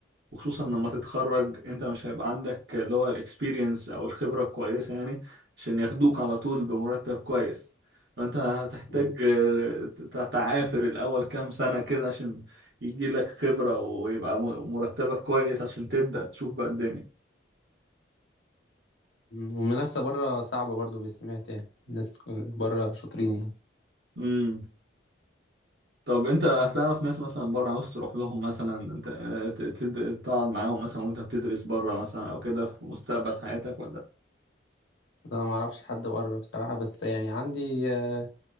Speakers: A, on the right; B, on the left.
A: وخصوصا لما تتخرج انت مش هيبقى عندك اللي هو الاكسبيرينس او الخبرة الكويسة يعني عشان ياخدوك على طول بمرتب كويس فانت هتحتاج
B: نعم.
A: آه، تع- تعافر الاول كام سنة كده عشان يجي لك خبرة ويبقى م- مرتبك كويس عشان تبدأ تشوف بقى الدنيا
B: مم. والمنافسه بره صعبه برضو بسمعت يعني الناس بره شاطرين يعني
A: امم طب انت هتعرف ناس مثلا بره عاوز تروح لهم مثلا انت آه، ت- تد- تقعد معاهم مثلا وانت بتدرس بره مثلا او كده في مستقبل حياتك
B: انا ما اعرفش حد بره بصراحه بس يعني عندي آه،